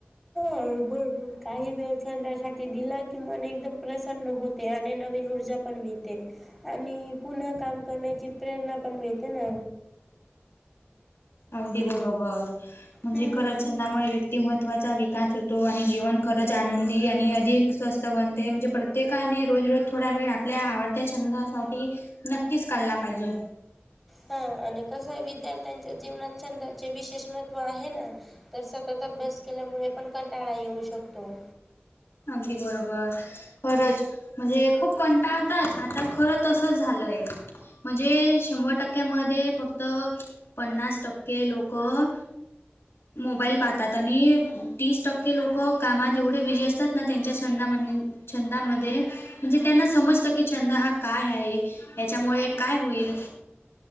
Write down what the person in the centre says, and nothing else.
हा बरोबर... काही वेळ छंदासाठी दिला की मन एकदम प्रसन्न होते आणि नवीन ऊर्जा पण मिळते आणि पुन्हा काम करण्याची प्रेरणा पण मिळते ना
हम्म
हा आणि कसं ए... विद्यार्थ्यांच्या जीवनात छंदाचे विशेष महत्त्व आहे ना तर सतत अभ्यास केल्यामुळे पण कंटाळा येऊ शकतो